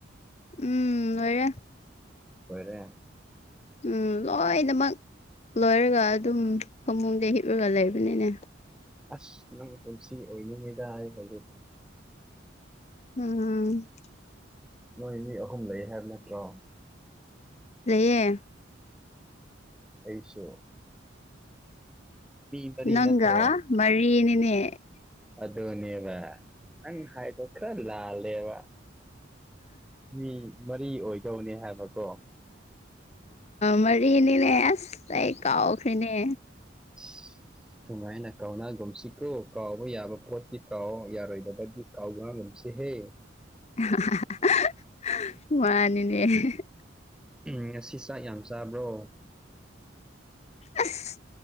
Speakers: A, on the left; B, in the centre.
A: ꯑꯝ ꯂꯣꯏꯔꯦ
B: ꯂꯣꯏꯔꯦ
A: ꯎꯝ ꯂꯣꯏꯅꯥꯃꯛ ꯂꯣꯏꯔꯒ ꯑꯗꯨꯝ ꯐꯥꯃꯨꯡꯗ ꯍꯤꯞꯂꯒ ꯂꯩꯕꯅꯤꯅꯦ
B: ꯑꯁ ꯅꯪ ꯄꯨꯟꯁꯤ ꯑꯣꯏꯅꯤꯡꯉꯤꯗꯥ ꯑꯩ ꯍꯧꯖꯤꯛ
A: ꯎꯝ
B: ꯅꯣꯏ ꯃꯤ ꯑꯍꯨꯝ ꯂꯩ ꯍꯥꯏꯕ ꯅꯠꯇ꯭ꯔꯣ
A: ꯂꯩꯌꯦ
B: ꯑꯩꯁꯨꯣ ꯃꯔꯤ
A: ꯅꯪ
B: ꯅꯠꯇ꯭ꯔꯣ
A: ꯃꯔꯤ ꯅꯅꯦ
B: ꯑꯗꯨꯅꯦꯕ ꯅꯪ ꯍꯥꯏꯗ ꯈ꯭ꯔ ꯂꯥꯂꯦꯕ ꯃꯤ ꯃꯔꯤ ꯑꯣꯏꯗꯧꯅꯦ ꯍꯥꯏꯕꯀꯣ
A: ꯃꯔꯤꯅꯤꯅꯦ ꯑꯁ ꯑꯩ ꯀꯥꯎꯈ꯭ꯔꯤꯅꯦ
B: ꯎ ꯁꯨꯃꯥꯏꯅ ꯀꯥꯎꯅꯒꯨꯝꯁꯤꯀꯣ ꯀꯥꯎꯕ ꯌꯥꯕ ꯄꯣꯠꯇꯤ ꯀꯥꯎ ꯌꯥꯔꯣꯏꯗꯕꯒꯤ ꯀꯥꯎꯅꯒꯨꯝꯁꯤ ꯍꯦ
A: ꯍꯥ ꯍꯥ <unintelligible> ꯃꯥꯟꯅꯤꯅ‌
B: ꯉꯁꯤ ꯆꯥꯛ ꯌꯥꯝ ꯆꯥꯕ꯭ꯔꯣ
A: ꯑꯁ